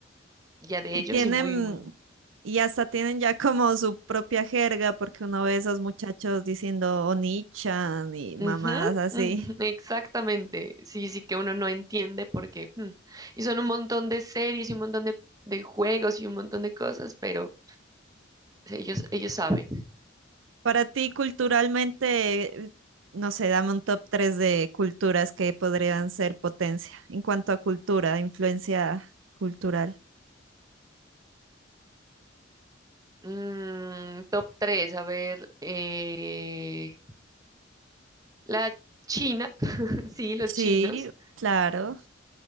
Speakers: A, on the right; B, on the right.
A: ya de
B: Y
A: ellos
B: tienen,
A: y muy, muy...
B: y hasta tienen ya como su propia jerga, porque uno ve esos muchachos diciendo Onichan y mamadas
A: Ujú,
B: así.
A: ujú, <laughs> exactamente. Sí, sí que uno no entiende porque hmm, Y son un montón de series y un montón de, de juegos y un montón de cosas, pero sí, ellos, ellos saben.
B: Para ti, culturalmente, eh, no sé, dame un top 3 de culturas que podrían ser potencia en cuanto a cultura, influencia cultural.
A: Mm, top 3 a ver, eh, la China, <laughs> sí, los
B: Sí,
A: chinos,
B: claro.